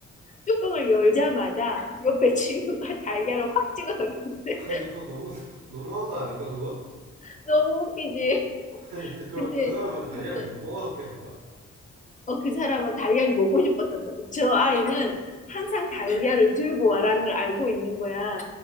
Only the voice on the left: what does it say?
뚜껑을 열자마자 옆에 친구가 <laughs> 달걀을 확 찍어서 갔는데
<laughs> 너무 웃기지.
근데
진짜
어, 그 사람은 달걀이 먹고 싶었던 거지. 저 아이는 항상 달걀을 들고 와라는 걸 알고 있는 거야.